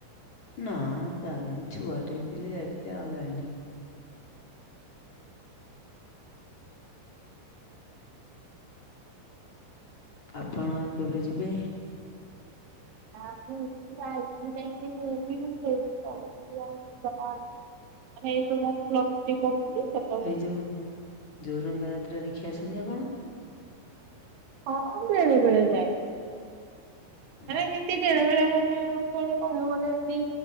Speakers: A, on the left; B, on the right.
A: ନା ଯାଇନି ଛୁଆଟେ ହେଇଥିଲି ଯାଇଥିଲି ଆଉ ଯାଇନି। ଆପଣ ଆଉ କେବେ ଯିବେ?
B: ନା ମୁଁ ଯାଇଥିଲି ମୁଁ ଯାଇଁକି କୋଉଠି ସେଇଟି ପଢୁଥିଲି ଆଉ ସେଟା ନାଇଁ ଶୁଣ ପ୍ଲସ୍ ଥ୍ରି ପଢୁଥିଲି ସେ
A: ହେଇ ଯୋଉଁ ଜୋରନ୍ଦା ଯାତ୍ରା ଦେଖି ଆସନ୍ତି ଆପଣ?
B: ହଁ ବେଳେ ବେଳେ ଯାଏ ମାନେ
A: ହୁଁ
B: ହିନ୍ତି ବେଳେ ବେଳେ <unintelligible> ପୁଣି କହିଆକୁ ଗଲେ ଏମିତି